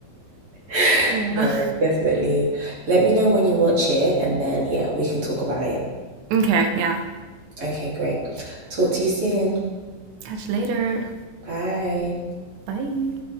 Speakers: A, on the right (about 30°); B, on the right (about 75°).
A: <laughs>
B: Yeah.
A: No, definitely. Let me know when you watch it and then yeah, we can talk about it.
B: Okay, yeah.
A: Okay, great. Talk to you soon.
B: Catch you later.
A: Bye.
B: Bye.